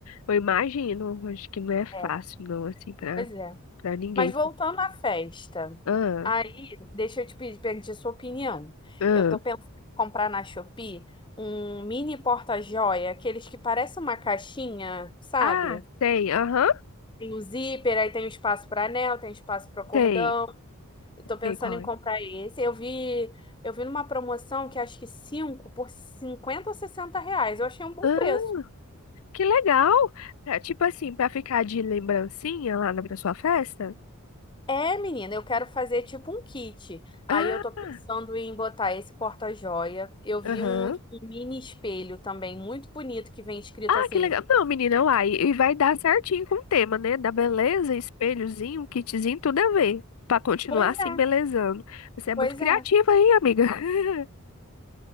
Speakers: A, on the left; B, on the left.
A: eu imagino, acho que não é fácil
B: É,
A: não assim pra
B: pois é.
A: para ninguém.
B: Mas voltando à festa,
A: Ah,
B: aí deixa eu te pedir, pedir sua opinião.
A: ah.
B: Eu tô pensando em comprar na Shopee um mini porta-joia, aqueles que parecem uma caixinha, sabe?
A: Ah, sei, aham,
B: Tem o zíper, aí tem o espaço para anel, tem espaço para cordão.
A: sei.
B: Eu tô pensando
A: Sei qual
B: em
A: é.
B: comprar esse. Eu vi, eu vi numa promoção que acho que 5 por 50 ou 60 reais. Eu achei um bom
A: Ah,
B: preço.
A: que legal. Pra- tipo assim, pra ficar de lembrancinha lá na pra sua festa?
B: É, menina, eu quero fazer tipo um kit. Aí
A: Ah.
B: eu tô pensando em botar esse porta-joia. Eu vi
A: Aham.
B: um, um mini espelho também, muito bonito, que vem escrito
A: Ah,
B: assim.
A: que legal. Não, menina, uai. E vai dar certinho com o tema, né? Da beleza, espelhozinho, um kitzinho, tudo a ver. Pra continuar
B: Pois
A: assim,
B: é,
A: belezando. Você é muito
B: pois
A: criativa
B: é.
A: aí, amiga. <laughs>